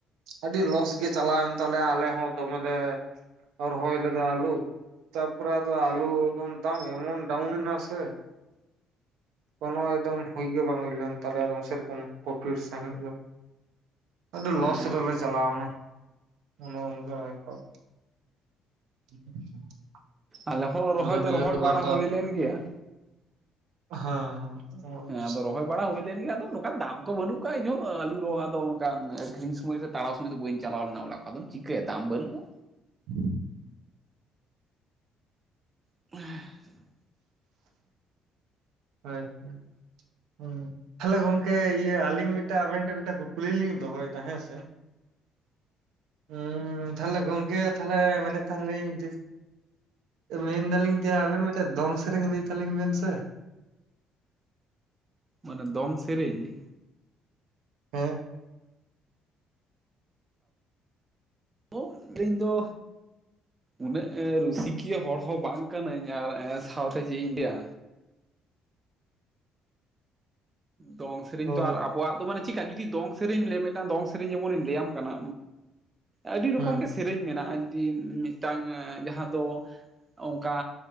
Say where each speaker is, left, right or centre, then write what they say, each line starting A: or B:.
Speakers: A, on the right; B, on the right.
A: ᱟᱹᱰᱤ ᱞᱚᱥ ᱜᱮ ᱪᱟᱞᱟᱣᱮᱱ ᱛᱟᱞᱮᱭᱟ ᱟᱞᱮ ᱦᱚᱸ ᱫᱚᱢᱮᱞᱮ ᱨᱚᱦᱚᱭ ᱞᱮᱫᱚ ᱟᱹᱞᱩ ᱛᱟᱨᱯᱚᱨᱮ ᱟᱫᱚ ᱟᱹᱞᱩ ᱮᱠᱫᱚᱢ ᱫᱟᱢ ᱮᱢᱚᱱ ᱰᱟᱣᱩᱱ ᱮᱱᱟᱥᱮ, ᱠᱳᱱᱳ ᱮᱠᱫᱚᱢ ᱦᱩᱭ ᱜᱮ ᱵᱟᱝ ᱦᱩᱭ ᱞᱮᱱ ᱛᱟᱞᱮᱭᱟ, ᱥᱮᱨᱚᱠᱚᱢ ᱯᱨᱚᱯᱷᱤᱴ ᱥᱟᱺᱦᱤᱜ ᱫᱚ᱾ ᱟᱹᱰᱤ
B: ᱦᱮᱸ
A: ᱞᱚᱥ ᱨᱮᱞᱮ ᱪᱟᱞᱟᱣᱱᱟ ᱚᱱᱮ ᱚᱱᱠᱟ ᱵᱮᱯᱟᱨ᱾ <inaudible>
B: ᱟᱞᱮ ᱦᱚᱸ ᱨᱚᱦᱚᱭ
A: ᱟᱫᱚ
B: ᱫᱚ
A: ᱱᱤᱭᱟᱹ
B: ᱨᱚᱦᱚᱭ ᱵᱟᱲᱟ
A: ᱵᱟᱨ
B: ᱦᱩᱭ ᱞᱮᱱ ᱜᱮᱭᱟ᱾
A: ᱦᱚᱭ ᱦᱚᱸ᱾
B: ᱦᱮᱸ ᱟᱫᱚ ᱨᱚᱦᱚᱭ ᱵᱟᱲᱟ ᱦᱩᱭ ᱞᱮᱱ ᱜᱮᱭᱟ ᱟᱫᱚ ᱱᱚᱝᱠᱟ ᱫᱟᱢ ᱠᱚ ᱵᱟᱹᱱᱩᱜ ᱠᱚᱜᱼᱟ ᱤᱧᱦᱚᱸ ᱟᱹᱞᱩ ᱨᱚᱦᱚᱭ ᱟᱫᱚ ᱚᱱᱠᱟ ᱟᱹᱠᱷᱨᱤᱧ ᱥᱚᱢᱚᱭ ᱨᱮ, ᱛᱟᱲᱟᱣ ᱥᱚᱢᱚᱡ ᱫᱚ ᱵᱟᱹᱧ ᱪᱟᱞᱟᱣ ᱞᱮᱱᱟ ᱚᱲᱟᱜ ᱠᱷᱚᱜ ᱟᱫᱚᱢ ᱪᱤᱠᱟᱹᱭᱟ ᱫᱟᱢ ᱵᱟᱹᱱᱩᱜᱼᱟ᱾
A: <inaudible>
B: <inaudible>
A: ᱦᱳᱭ ᱾ ᱦᱩᱸ, ᱛᱟᱦᱚᱞᱮ ᱜᱚᱝᱠᱮ ᱤᱭᱟᱹ ᱟᱞᱤᱧ ᱢᱤᱫᱴᱟᱜ ᱟᱵᱮᱱ ᱴᱷᱮᱜ ᱢᱤᱫᱴᱮᱱ ᱠᱩᱠᱞᱤ ᱞᱤᱧ ᱫᱚᱦᱚᱭᱮᱫᱟ ᱦᱮᱸᱥᱮ ᱾
B: ᱦ
A: ᱦᱮᱸ ᱛᱟᱦᱚᱞᱮ ᱜᱚᱝᱠᱮ ᱛᱟᱦᱚᱞᱮ ᱢᱮᱱ ᱮ ᱛᱟᱦᱮᱱᱤᱧ ᱢᱮᱱᱫᱟᱞᱤᱧ ᱡᱮ ᱟᱵᱮᱱ ᱢᱤᱫᱴᱮᱡ ᱫᱚᱝ ᱥᱮᱨᱮᱧ ᱞᱟᱹᱭ ᱛᱟᱞᱤᱧ ᱵᱮᱱ ᱥᱮ ᱾
B: ᱢᱟᱱᱮ ᱫᱚᱝ ᱥᱮᱨᱮᱧ?
A: ᱦᱮᱸ ᱾
B: ᱫᱚᱝ ᱥᱮᱨᱮᱧ ᱫᱚ ᱩᱱᱟᱹᱜ ᱨᱩᱥᱤᱠᱤᱭᱟᱹ ᱦᱚᱲ ᱦᱚᱸ ᱵᱟᱝ ᱠᱟᱹᱱᱟᱹᱧ ᱟᱨ ᱥᱟᱶᱛᱮ ᱪᱮᱜ ᱤᱧ ᱞᱟᱹᱭᱟ! ᱫᱚᱝ ᱥᱮᱨᱮᱧ
A: ᱚ
B: ᱛᱚ ᱟᱨ ᱟᱵᱚᱣᱟᱜ ᱫᱚ ᱢᱟᱱᱮ ᱪᱮᱫᱠᱟ ᱡᱩᱫᱤ ᱫᱚᱝ ᱥᱮᱨᱮᱧ ᱞᱟᱹᱭᱟ ᱢᱤᱫᱴᱟᱝ ᱫᱚᱝ ᱥᱮᱨᱮᱧ ᱡᱮᱢᱚᱱᱤᱧ ᱞᱟᱹᱭᱟᱢ ᱠᱟᱱᱟ ᱟᱹᱰᱤ ᱨᱚᱠᱚᱢ
A: ᱦᱮᱸ
B: ᱜᱮ ᱥᱮᱨᱮᱧ ᱢᱮᱱᱟᱜᱼᱟ, ᱡᱩᱫᱤ ᱢᱤᱫᱴᱟᱝ ᱡᱟᱦᱟᱸ ᱫᱚ ᱚᱝᱠᱟ